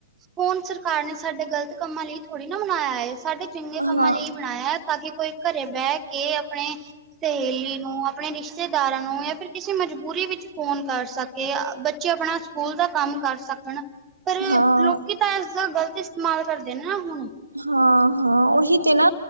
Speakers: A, on the right (about 20°); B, on the right (about 80°).
A: ਫੋਨ ਸਰਕਾਰ ਨੇ ਸਾਡੇ ਗ਼ਲਤ ਕੰਮਾਂ ਲਈ ਥੋੜ੍ਹੀ ਨਾ ਬਣਾਨਾਇਆ ਏ, ਸਾਡੇ ਚੰਗੇ
B: ਹਾਂ
A: ਕੰਮਾਂ ਲਈ ਬਨਾਇਆ, ਤਾਂ ਕਿ ਕੋਈ ਘਰੇ ਬੈ ਕੇ, ਆਪਣੇ ਸਹੇਲੀ ਨੂੰ, ਆਪਣੇ ਰਿਸ਼ਤੇਦਾਰਾਂ ਨੂੰ, ਜਾਂ ਫਿਰ ਕਿਸੇ ਮਜਬੂਰੀ ਵਿੱਚ ਫ਼ੋਨ ਕਰ ਸਕ ਕੇ ਬੱਚੇ ਆਪਣਾ ਸਕੂਲ ਦਾ ਕੰਮ ਕਰ ਸਕਣ, ਪਰ
B: ਹਾਂ
A: ਲੋਕੀ ਤਾਂ ਇਸਦਾ ਗ਼ਲਤ ਇਸਤੇਮਾਲ ਕਰਦੇ ਨੇ ਨਾ ਹੁਣ।
B: ਹਾਂ-ਹਾਂ ਓਹੀ ਤੇ ਨਾ,